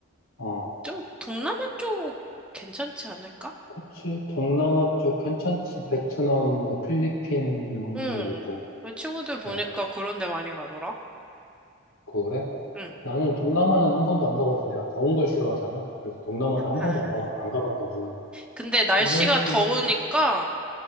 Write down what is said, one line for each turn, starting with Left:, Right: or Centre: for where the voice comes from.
Left: 어.
Centre: 좀 동남아 쪽 괜찮지 않을까?
Left: 그치. 동남아 쪽 괜찮지. 베트남, 뭐 필리핀 뭐 이런
Centre: 응.
Left: 데도 있고.
Centre: 내 친구들 보니까
Left: 어,
Centre: 그런 데 많이 가더라.
Left: 그래?
Centre: 응.
Left: 나는 동남아는 한 번도 안 가봐서 내가 더운 걸 싫어하잖아. 그래서 동남아를 한
Centre: 아.
Left: 번도 안, 봐- 안 가봤거든.
Centre: 근데 날씨가
Left: 이번 기회에
Centre: 더우니까